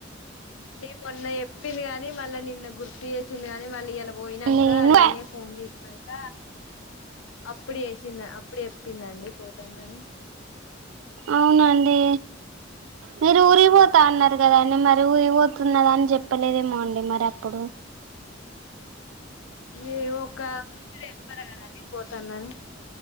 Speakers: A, on the left; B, on the right.
A: మోన్న చెప్పింది కాని మళ్ళ నిన్న గుర్తు చేసింది కాని మళ్ళీ ఇయల పోయినాక
B: నేను
A: నీనే ఫోన్ చేసినక అప్పుడు ఎసింద అప్పుడు చెప్పిందండి పోతానని
B: అవునండి మీరు ఊరిపోతా అన్నారు కదండి మరి ఊరిపోత్ ఉన్నదాని చెప్పలేదేమో అండి మరి అప్పుడు
A: ఏవో ఒక <unintelligible> చెప్పార కదండి పోతాన్నాని